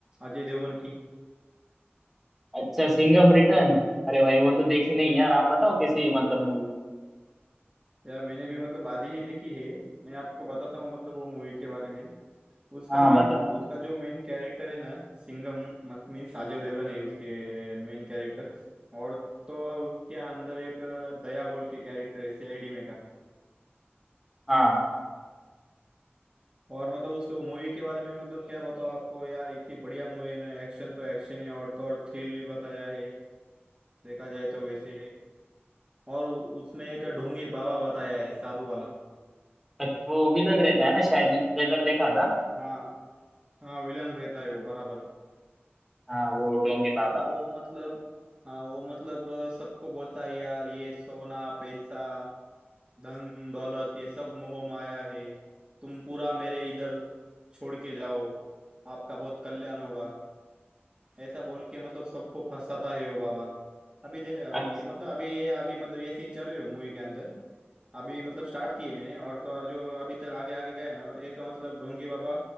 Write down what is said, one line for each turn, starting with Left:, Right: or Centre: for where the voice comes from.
Right: अजय देवगन की
Centre: अच्छा सिंघम रिटर्न अरे भाई वो तो देखी नहीं यार आप बताओ कैसी है मतलब मूवी
Right: यार मैंने भी मतलब आधी ही देखी है मैं आपको बताता हूँ मतलब वो मूवी के बारे में उसका
Centre: हाँ
Right: मेन
Centre: बताओ
Right: उसका जो मेन कैरेक्टर है ना सिंघम मत मीन्स अजय देवगन है उसके मेन कैरेक्टर और तो और उसके अंदर एक दया बोल के कैरेक्टर है सीआईडी में का
Centre: हाँ
Right: और मतलब उसके मूवी के बारे में मतलब क्या बताओ आपको यार इतनी बढ़िया मूवी है ना एक्शन तो एक्शन है और तो और थ्रिल भी बताया है देखा जाए तो वैसे और उ- उसमें एक ढोंगी बाबा बताया है साधु वाला
Centre: अच्छा, वो विलन रहता
Right: सबको
Centre: है ना शायद मैंने ट्रेलर देखा था
Right: हाँ हाँ विलन रहता है वो बराबर
Centre: हाँ वो डोंगे बाबा
Right: वो मतलब हाँ वो मतलब अ, सबको बोलता है यार ये सोना पैसा धन दौलत ये सब मोह माया है तुम पूरा मेरे इधर छोड़ के जाओ आपका बहुत कल्याण होगा ऐसा बोल के मतलब सबको फंसाता है वो बाबा अभी दे
Centre: अच्छा
Right: ये मतलब अभी ये अभी मतलब ये सीन चालू है मूवी के अंदर अभी मतलब स्टार्ट किए मैंने और तो और जो अभी तक आगे आगे गया ना एक मतलब ढोंगी बाबा